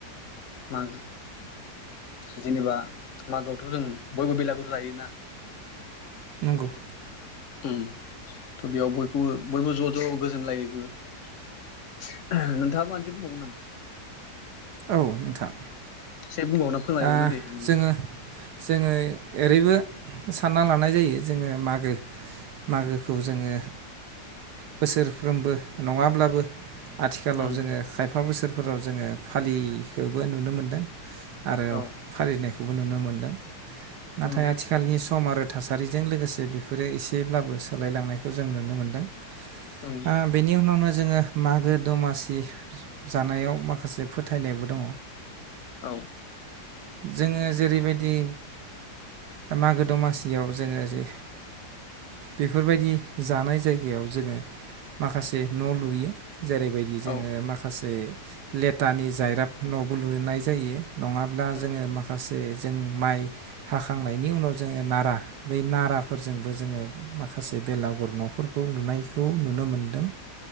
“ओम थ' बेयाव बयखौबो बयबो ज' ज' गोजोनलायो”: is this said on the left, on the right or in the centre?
Left